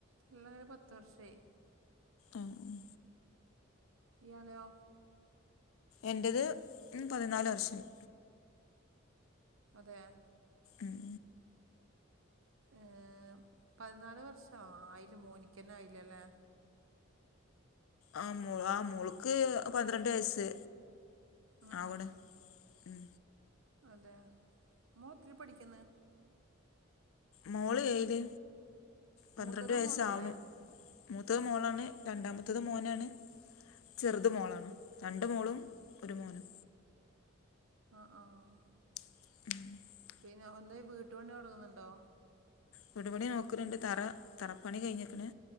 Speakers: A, on the right; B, on the left.
A: പിള്ളേര് പത്ത് വർഷായി
B: ആഹ്
A: ഇയാളയോ
B: എന്റത് ഉം പതിനാല് വർഷായി.
A: അതെയൊ
B: ഉം.
A: ഏഹ്, പതിനാല് വർഷം ആയില്ല, മോനിക്കെന്നെ ആയില്ല ലെ
B: ആഹ് മോ ആഹ് മോൾക്ക് പന്ത്രണ്ട് വയസ്സ്
A: ഉം
B: ആവ്ണ് ഉം
A: അതെയാ മോൾ എത്രേല് പഠിക്കുന്ന്
B: മോള് ഏഴില് പന്ത്രണ്ട്
A: മൂത്തത്
B: വയസ്സ്
A: മോളല്ലേ
B: ആവ്ണു മൂത്തത് മോളാണ് രണ്ടാമത്തത് മോനാണ് ചെറുത് മോളാണ് രണ്ട് മോളും ഒരു മോനും
A: ആഹ് ആഹ്
B: <inaudible>
A: പിന്നെ ഒടനെ വീട്ടു പണി തൊടങ്ങുന്നുണ്ടോ
B: വിടുപണി നോക്ക്ണ്ണ്ട് തറ തറപ്പണി കഴിഞ്ഞിക്ക്ണ്